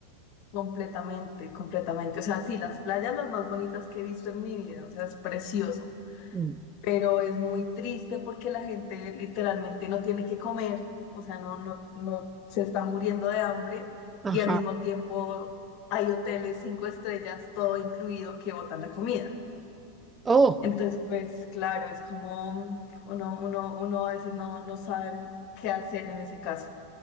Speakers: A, on the left; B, on the right.
A: Completamente, completamente. O sea, sí, las playas las más bonitas que he visto en mi vida. O sea, es precioso.
B: mm,
A: Pero es muy triste porque la gente literalmente no tiene que comer, o sea, no, no, no se está muriendo de hambre
B: Ajá.
A: y al mismo tiempo hay hoteles cinco estrellas, todo incluido, que botan la comida.
B: Oh,
A: Entonces, pues claro, es como mm, uno, uno, uno a veces no, no sabe qué hacer en ese caso.